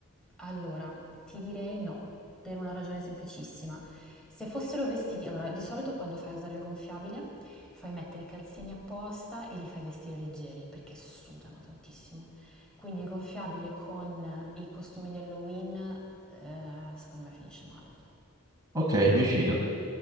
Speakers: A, in the centre; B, on the right.
A: allora, ti direi no, per una ragione semplicissima. Se fossero vestiti, allora di solito quando fai usare il gonfiabile fai mettere i calzini apposta e li fai vestire leggeri perché sudano tantissimo. Quindi il gonfiabile con i costumi di Halloween, eh, secondo me finisce male.
B: Ok, mi fido.